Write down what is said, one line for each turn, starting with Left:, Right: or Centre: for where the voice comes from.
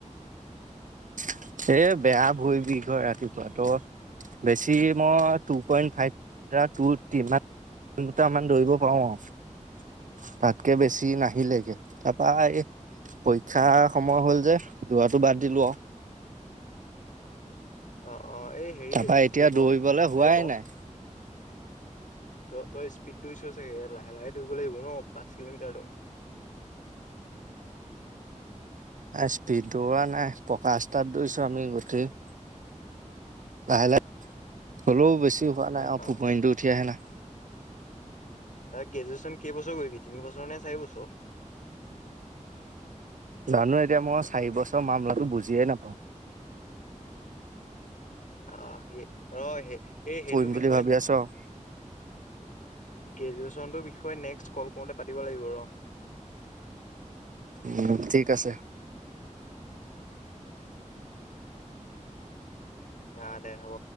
Right: এ বেয়া ভৰি বিষ হয় ৰাতিপুৱা ত বেছি মই two point five to kilometre মান দৌৰিব পাৰো আৰু তাতকে বেছি নাহিলেকে তাৰপা এই পৰীক্ষাৰ সময় হ'ল যে দৌৰাটো বাদ দিলো আও।
Left: অ। অ এই হেৰি
Right: তাৰপা
Left: এইটো কি
Right: এতিয়া
Left: বুলি ক
Right: দৌৰিবলে হোৱাই
Left: এই ত
Right: নাই।
Left: ত তই স্পীডটো দিছ চাগে, লাহে লাহে দৌৰিব লাগিব ন পাঁচ কিলোমিটাৰটো।
Right: স্পীড দৌৰা নাই পকা ৰাস্তাত দৌৰিছো আমি গোটেই। লাহে লাহে হলেও বেছি। উ কাৰ নাই
Left: অ অ
Right: ফ পনডু উঠিয়াই আহনা <unintelligible>
Left: আ গ্ৰেজুৱেশ্যন কেইবছৰ কৰিবি তিনিবছৰ নে চাৰিবছৰ?
Right: জানো এতিয়া মই চাৰি বছৰ মামলাটো বুজিয়ে নাপাওঁ।
Left: অ হে অ হে <inaudible> এই সেইটো
Right: কৰিম
Left: বিষয়ে
Right: বুলি ভাবি
Left: নে
Right: আছো আৰু
Left: গ্ৰেজুৱেশ্যনটোৰ বিষয়ে নেক্স ক'ল কৰোতে পাতিব লাগিব ৰ।
Right: উম ঠিক আছে।
Left: অহ দে হ'ব।